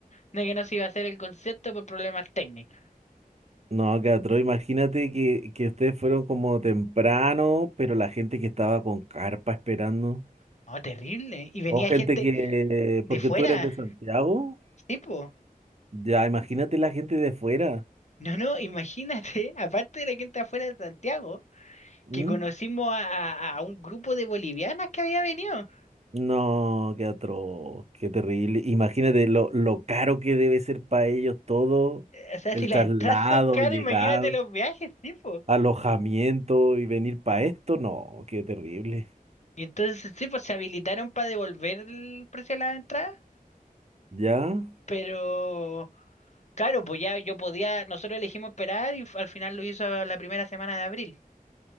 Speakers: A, on the left (about 50°); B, on the right (about 45°).
A: de que no se iba a hacer el concierto por problemas técnicos.
B: No, Catro, imagínate que, que ustedes fueron como temprano, pero la gente que estaba con carpa esperando.
A: No, terrible. Y venía
B: O gente
A: gente
B: que,
A: de
B: porque
A: fuera,
B: tú eres de Santiago,
A: tipo.
B: ya imagínate la gente de fuera.
A: No, no, <laughs> imagínate, aparte de la gente afuera de Santiago,
B: ¿Mm?
A: que conocimos a, a- a un grupo de bolivianas que había venido.
B: No, qué atroz, qué terrible. Imagínate lo, lo caro que debe ser para ellos todo,
A: O sea,
B: el
A: si las
B: traslado,
A: entradas son caras,
B: llegar,
A: imagínate los viajes, sí, po.
B: alojamiento y venir para esto. No, qué terrible.
A: Y entonces, sí, pues se habilitaron para devolver el precio de las entradas,
B: ¿Ya?
A: pero claro, pues ya yo podía, nosotros elegimos esperar y al final lo hizo a la primera semana de abril.